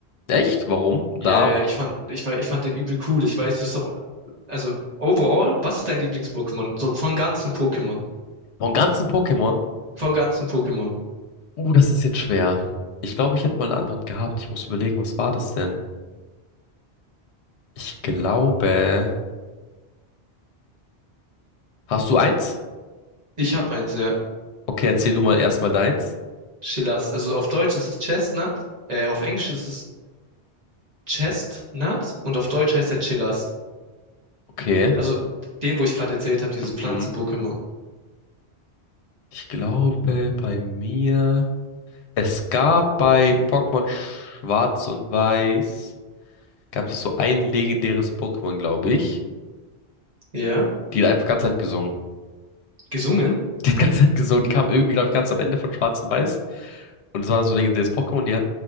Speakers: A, on the left (about 80°); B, on the right (about 40°).
A: Echt? Warum? Da,
B: Ja, ja, ich fand, ich, war- ich fand den übel cool. Ich weiß, das ist doch also overall, was ist dein Lieblings-Pokémon? So von ganzen Pokémon.
A: von ganzen Pokémon?
B: Von ganzen Pokémon.
A: Uh, das ist jetzt schwer. Ich glaube, ich hätte mal eine Antwort gehabt. Ich muss überlegen, was war das denn? Ich glaube. Hast du eins?
B: Ich habe eins, ja.
A: Okay, erzähl du mal erstmal deins.
B: Chillast. Also auf Deutsch ist es Chestnut, äh, auf Englisch ist es Chestnut und auf Deutsch heißt er Chillast.
A: Okay.
B: Also dem, wo ich gerade erzählt habe, dieses
A: Mhm.
B: Pflanzen-Pokémon.
A: Ich glaube, bei mir. Es gab bei Pokémon Schwarz und Weiß. Gab es so ein legendäres Pokémon, glaube ich.
B: Ja,
A: Die hat einfach ganze Zeit gesungen.
B: gesungen.
A: <laughs> Die hat ganze Zeit gesungen. Die kam irgendwie, glaube ich, ganz am Ende von Schwarz und Weiß. Und es war so ein legendäres Pokémon. Die hat,